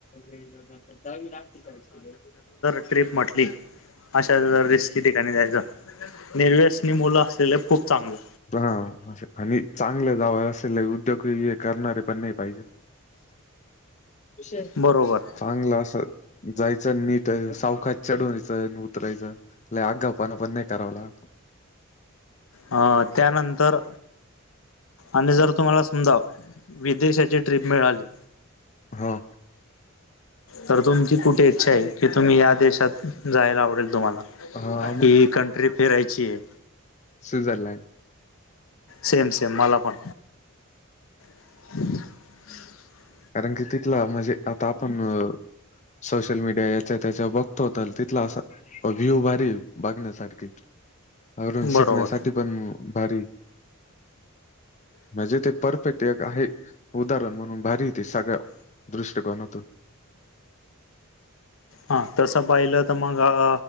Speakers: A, on the left; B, on the left.
A: तर दवी लागते चाळीस किलो.
B: ट्र्रीप म्हटली अशा रिस्की ठिकाणी जायचं, निेरवेसनी मुलं असलेले खूप चांगलं
A: हा आणि चांगलं जाव असेल, उद्योग हे करणारे पण नाही पाहिजे. उशार.
B: बरोबर.
A: चांगलं असं, जायचं नीट सावकाश चढवूनचं उतरायचं, ला आगाव पानं पण नाही करावला.
B: अ त्यानंतर आणि जर, तुम्हाला समजाव विदेशाची ट्रिप मिळाली,
A: हा
B: तर तुमची कुठे? इच्छा आहे की, तुम्ही या देशात जायला आवडेल तुम्हाला
A: हा
B: की कंट्री फिरायची आहे.
A: स्विझरलँड
B: सेम सेम मला पण. ह <inaudible>
A: कारण की तिथला, म्हणजे आता आपण सोशल मीडिया याच्या त्याच्या बघतो, होता तिथला असं अ व्ह्यू भारी बघण्यासारखी. घरून
B: बरोबर
A: शिकण्यासाठी पण, भारी म्हणजे ते पर फिटक आहे, उदाहरण म्हणून भारी तेे सगळ्या दृष्टकोनातून
B: हा तस पाहिलं, तर मग अ